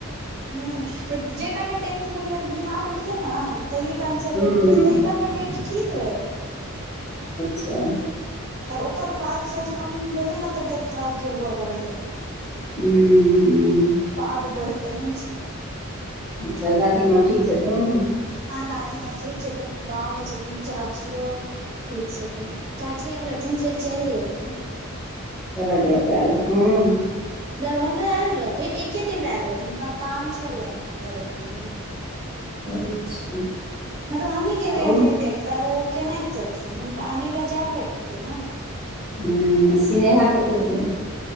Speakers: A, on the right (about 45°); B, in the centre.
A: हम्म जे टाइमे टेंथ मे रहिऐ और बीमार भेलियै न तहि टाइम से
B: हूँ
A: वेट तह टाइम मे वेट ठीक रहे।
B: अच्छा
A: आर ओकर बाद सँ जे कम भेलै ने तबियत खराब जे हुए लगलै
B: हम्म
A: ता आब बइढ़ते नई छै।
B: अच्छा दादी माॅं ठीक छथून?
A: हँ दादी माँ ठीक छथिन, गाम में छथिन चाचियो ठीक छथिन। चाची आयल रहथिन, फेर चइल गेलखिन
B: करज पल <unintelligible>
A: दरभंगा आयल रहथिन एके दिन लय आयल रहथिन हुनका काम छलईन दरभंगा मे, <inaudible>
B: अच्छा
A: मगर हमहीं गेल
B: आउ
A: रहिएन भेंट करे लऽ। ओ केना अबतोथिन हुनका आनै लए जाय पड़तै न?
B: हम्म सिनेहा कतऽ छै?